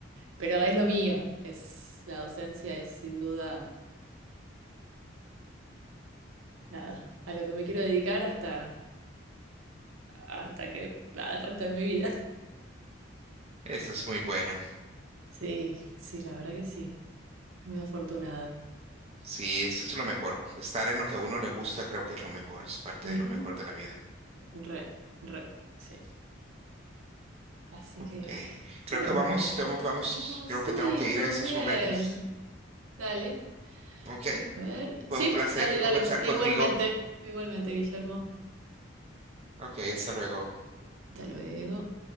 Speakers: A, on the right (about 80°); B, on the right (about 30°).
A: Pero es lo mío, es la docencia, es sin duda nada, a lo que me quiero dedicar hasta hasta que, nada, el resto de mi vida.
B: Eso es muy bueno.
A: Sí, sí, la verdad que sí. Muy afortunada.
B: Sí, es, es lo mejor. Estar en lo que a uno le gusta creo que es lo mejor. Es parte
A: Ujú,
B: de lo mejor de la vida.
A: Re, re, sí. Así
B: Ok.
A: que, <laughs>
B: Creo
A: bueno,
B: que vamos,
A: Guillermo,
B: vamos, vamos.
A: oh,
B: Creo
A: sí,
B: que tengo que
A: estamos
B: ir en estos
A: bien.
B: momentos.
A: Dale,
B: Ok.
A: a ver.
B: Fue
A: Sí,
B: un placer
A: dale,
B: conversar
A: dale. Igualmente,
B: contigo.
A: igualmente, Guillermo.
B: Ok, hasta luego.
A: Hasta luego.